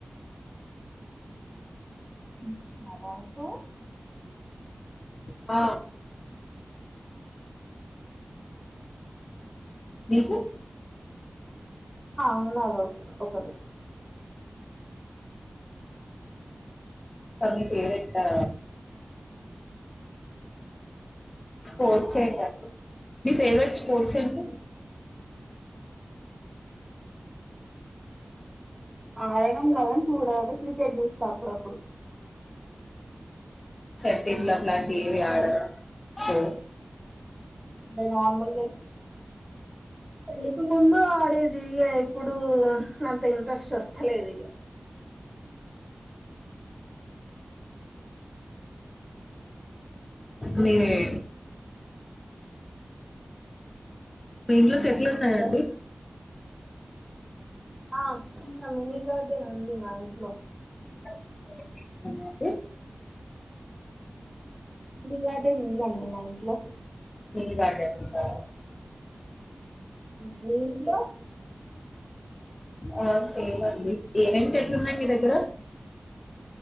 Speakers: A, on the right; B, on the left.
A: <inaudible>
B: ఆ మీకు
A: ఆ ఉన్నాది ఒకటి
B: నీ ఫేవరెటా స్పోర్ట్స్ ఏంటండి మీ ఫేవరెట్ స్పోర్ట్స్ ఏంటి?
A: ఆడడం కాదని చూడాలంటే క్రికెట్ చూస్తా అప్పుడప్పుడు
B: షటిల్ అట్లాంటివి ఏవి ఆడరా సో
A: అంటే నార్మల్గా పెళ్లికి ముందు ఆడేది ఏ ఇప్పుడు ఇప్పుడు అంత ఇంట్రెస్ట్ వస్తలేదు ఇక
B: మీరే మీ ఇంట్లో చెట్ ఎట్లు ఉన్నాయండి
A: హలో ఆ చిన్న లొల్లి గాదు అయితే రండి మాఇంట్లో
B: <unintelligible>
A: మీ గార్డేన్ ఉందండి మా ఇంట్లో
B: ఇది గార్డేన్ ఉందా
A: మీ ఇంట్లో
B: ఆ సేమండి ఏమేమి చెట్లున్నాయి మీ దగ్గర